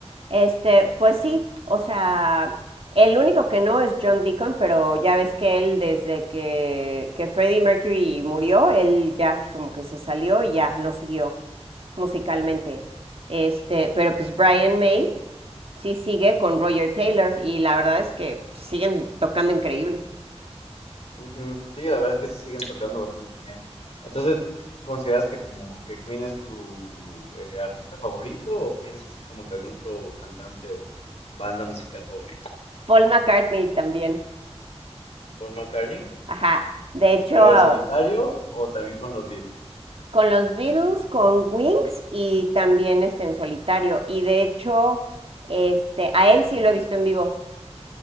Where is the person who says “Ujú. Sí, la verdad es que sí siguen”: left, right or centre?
Left